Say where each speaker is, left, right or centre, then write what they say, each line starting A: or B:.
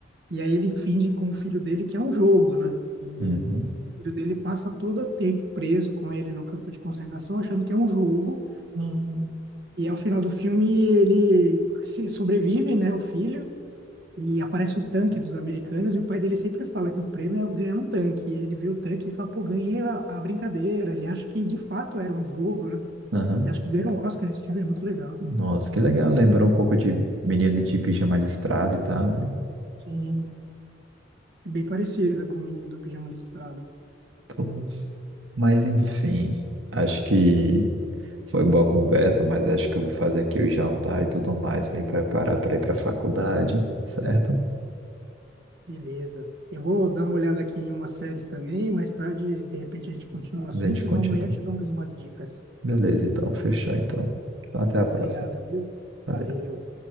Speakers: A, on the right; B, on the right.
A: e aí ele finge com o filho dele que é um jogo, né? E
B: Uhum.
A: o filho dele passa todo o tempo preso com ele no campo de concentração, achando que é um jogo.
B: Hum.
A: E ao final do filme ele se sobrevive, né? O filho e aparece o tanque dos americanos e o pai dele sempre fala que o prêmio é ganhar um tanque. E ele vê o tanque e fala, pô, ganhei a, a brincadeira. Ele acha que de fato era um jogo, né?
B: Aham.
A: E acho que ganhou o Oscar. Esse filme é muito legal.
B: Nossa, que legal. Lembrou um pouco de Menino de Pijama Listrado e tal, né?
A: E é bem parecido com o Menino do Pijama Listrado.
B: Pô. Mas enfim, acho que Foi boa conversa, mas acho que eu vou fazer aqui o jantar e tudo mais, me preparar para ir para a faculdade, certo?
A: Beleza. Eu vou dar uma olhada aqui em umas séries também. Mais tarde, de repente, a gente continua
B: A
A: o assunto.
B: gente
A: Senão
B: continua.
A: amanhã eu te dou mais umas dicas.
B: Beleza, então, fechou então. Então, até a próxima.
A: Obrigado, viu?
B: Valeu.
A: Valeu.